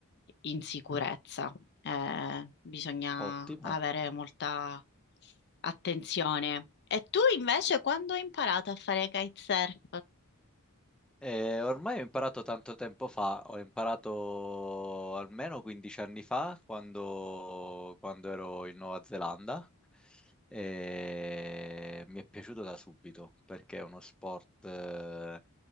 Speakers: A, on the left (about 50°); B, in the centre.
A: in sicurezza. Eh, bisogna
B: Ottimo.
A: avere molta attenzione. E tu invece quando hai imparato a fare kitesurf?
B: Eh, ormai ho imparato tanto tempo fa, ho imparato almeno 15 anni fa quando, quando ero in Nuova Zelanda e mi è piaciuto da subito perché è uno sport eh,